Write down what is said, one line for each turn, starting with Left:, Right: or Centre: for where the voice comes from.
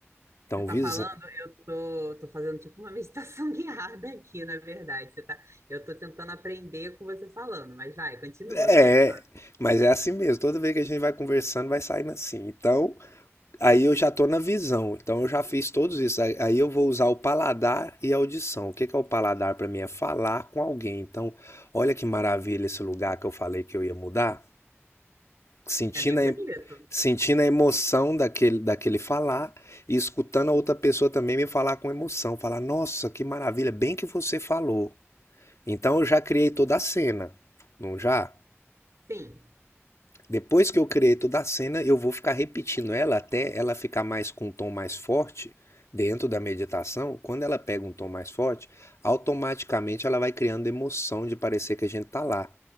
Left: Então,
Right: Você tá
Left: visão.
Right: falando, eu tô, tô fazendo tipo uma meditação <laughs> guiada aqui, na verdade. Você tá, eu tô tentando aprender com você falando, mas vai, continua, eu
Left: É,
Right: tô gostando.
Left: mas é assim mesmo. Toda vez que a gente vai conversando, vai saindo assim. Então, Aí eu já tô na visão, então eu já fiz todos isso. Aí aí eu vou usar o paladar e a audição. O que que é o paladar para mim? É falar com alguém. Então, olha que maravilha esse lugar que eu falei que eu ia mudar, sentindo
Right: É bem
Left: a,
Right: bonito.
Left: em- sentindo a emoção daquele, daquele falar e escutando a outra pessoa também me falar com emoção. Falar, nossa, que maravilha, bem que você falou. Então eu já criei toda a cena, não já?
Right: Sim.
Left: Depois que eu criei toda a cena, eu vou ficar repetindo ela até ela ficar mais com um tom mais forte dentro da meditação. Quando ela pega um tom mais forte, automaticamente ela vai criando emoção de parecer que a gente tá lá.